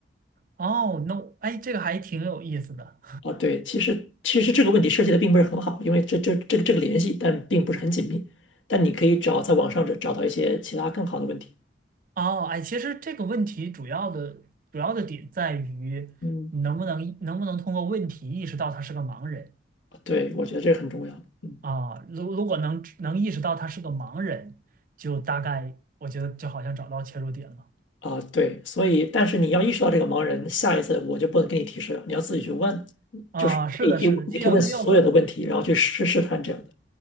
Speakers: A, on the right; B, on the left.
A: 哦，No，哎，这个还挺有意思的。
B: 啊。对，其实其实这个问题设计的并不是很好，因为这这这个这个联系，但并不是很紧密。但你可以找在网上找找到一些其他更好的问题。
A: 哦，哎，其实这个问题主要的主要的点在于你能不能能不能通过问题意识到他是个盲人
B: 嗯，对，我觉得这个很重要。嗯。
A: 啊？如如果能能意识到他是个盲人，就大概我觉得就好像找到切入点了
B: 啊，对，所以但是你要意识到这个盲人，下一次我就不能给你提示了，你要自己去问，
A: 啊。
B: 就是可以可以你可以问所有的问题，
A: 是的，是的，既要既要
B: 然后去试试探这样的。